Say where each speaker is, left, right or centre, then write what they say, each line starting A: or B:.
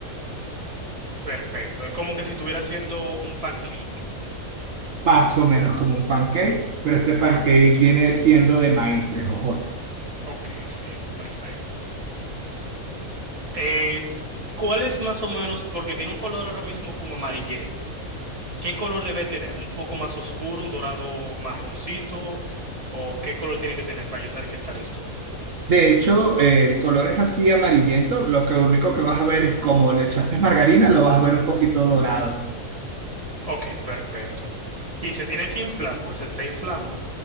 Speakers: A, on the right; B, on the right.
A: Perfecto. Es como que si estuviera haciendo un pancake.
B: más o menos como un pancake, pero este pancake viene siendo de maíz, de jojoto.
A: Ok, sí, perfecto. Eh, ¿cuál es más o menos? Porque tiene un color ahora mismo como amarillento. ¿Qué color debe tener? ¿Un poco más oscuro, un dorado marroncito? ¿O qué color tiene que tener para yo saber que está listo?
B: De hecho, eh, el color es así amarillento, lo que único que vas a ver es como le echaste margarina, lo vas a ver un poquito dorado.
A: Ok, perfecto. Y se tiene que inflar porque se está inflando.